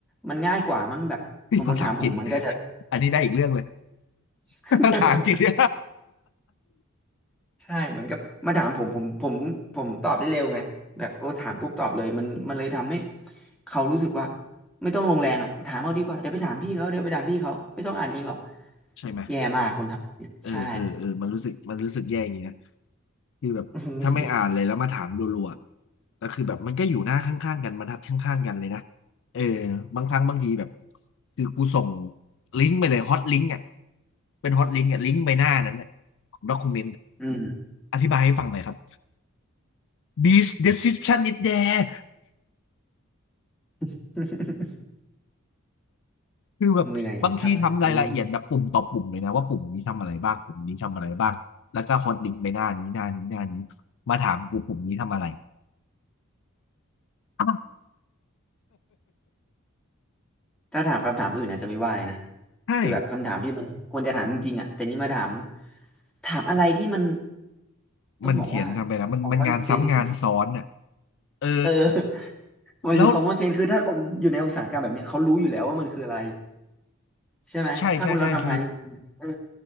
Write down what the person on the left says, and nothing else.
เฮ้ยภาษาอังกฤษ <laughs> อันนี้ได้อีกเรื่องเลย
<laughs> ภาษาอังกฤษ <laughs>
ใช่ไหม
เออเออเออมันรู้สึกมันรู้สึกแย่อย่างนี้นะ คือแบบ
ถ้าไม่อ่านเลยแล้วมาถามรัวๆแล้วคือแบบ มันก็อยู่หน้าข้างๆกันบรรทัดข้างๆกันเลยนะ เออ บางครั้งบางทีแบบ คือกูส่งลิงก์ไปเลยฮอตลิงก์อ่ะเป็นฮอตลิงก์อ่ะลิงก์ไปหน้านั้นน่ะของด็อกิเมนต์
อธิบายให้ฟังหน่อยครับ t h i s description is there
คือแบบบางทีทำรายละเอียดแบบปุ่มต่อปุ่มเลยนะว่าปุ่มนี้ทำอะไรบ้างปุ่มนี้ทำอะไรบ้างแล้วก็ฮอตลิงก์ไปหน้านี้หน้านี้หน้านี้มาถามกูปุ่มนี้ทำอะไร
อาว
ใช่
มันเขียนทำไปแล้วมันมันงานซ้ำงานซ้อนอ่ะ
เออ
แล้ว
ใช่ใช่ใช่คือ